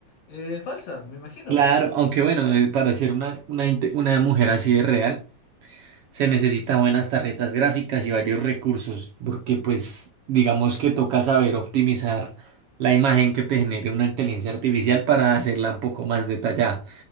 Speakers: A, on the left (about 60°); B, on the right (about 65°).
A: eh, falsa, me imagino.
B: Claro, aunque bueno, eh, para ser una, una, inte- una mujer así de real, se necesitan buenas tarjetas gráficas y varios recursos, porque pues digamos que toca saber optimizar la imagen que te genere una inteligencia artificial para hacerla un poco más detallada.